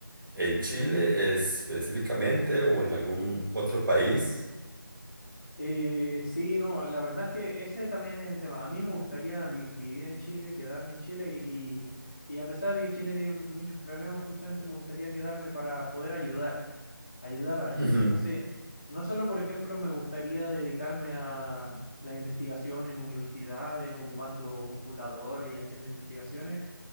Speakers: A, on the right (about 60°); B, on the left (about 30°).
A: en Chile específicamente o en algún otro país?
B: eh, sí, no, la verdad es que ese también es el tema. A mí me gustaría vi- vivir en Chile, quedarme en Chile y, y, y a pesar de que Chile tiene muchos problemas, justamente me gustaría quedarme para poder ayudar, ayudar a la
A: Ujú,
B: gente. Entonces, no solo, por ejemplo, me gustaría dedicarme a la investigación en universidades, ocupando computadores y haciendo investigaciones,